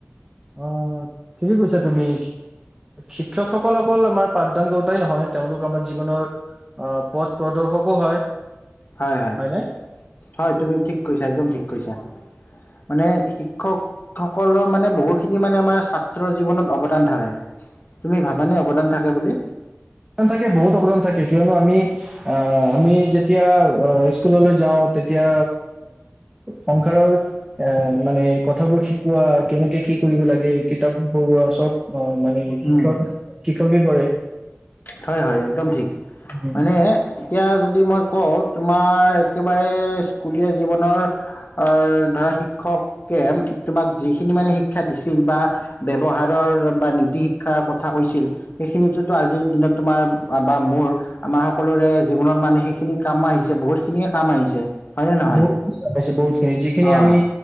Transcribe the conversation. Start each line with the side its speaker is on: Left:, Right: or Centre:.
Right: আঁহ ঠিকেই কৈছা তুমি শিক্ষকসকল অকল আমাৰ পাঠদান কৰোতাই নহয় তেওঁলোক আমাৰ জীৱনৰ আঁহ পথ প্ৰদৰ্শকো হয়।
Left: হয় হয়
Right: হয়নে?
Left: হয় তুমি ঠিক কৈছা একদম ঠিক কৈছা। মানে শিক্ষক। সকলৰ মানে বহুখিনি মানে আমাৰ ছাত্ৰৰ জীৱত অৱদান। থাকে তুমি ভাবানে অৱদান থাকে। তাকে বুলি।
Right: থাকে বহুত অৱদান থাকে কিয়নো আমি আহ আমি যেতিয়া আহ স্কুললৈ যাওঁ তেতিয়া সংসাৰৰ এ মানে কথাবোৰ শিকোৱা কেনেকে কি কৰিব লাগে কিতাপবোৰ পঢ়োৱা চব। অঁ। মানে শিক্ষক।
Left: উম,
Right: শিক্ষকে কৰে।
Left: হয় হয় একদম ঠিক।
Right: উম,
Left: মানে। এতিয়া যদি মই কওঁ। তোমাৰ একেবাৰে। স্কুলীয়া জীৱনৰ আহ ধৰা শিক্ষকে তোমাক যিখিনি মানে শিক্ষা দিছিল বা ব্যৱহাৰৰ বা নীতি শিক্ষাৰ কথা কৈছিল সেইখিনিতো আজিৰ দিনত। তোমাৰ বা মোৰ আমাৰ সকলোৰে জীৱনত মানে সেইখিনি কাম আহিছে বহুতখিনিয়ে কাম আহিছে। হয়নে নহয়
Right: বহুতিনাইছে বহুতখিনি যিখিনি
Left: অঁ
Right: আমি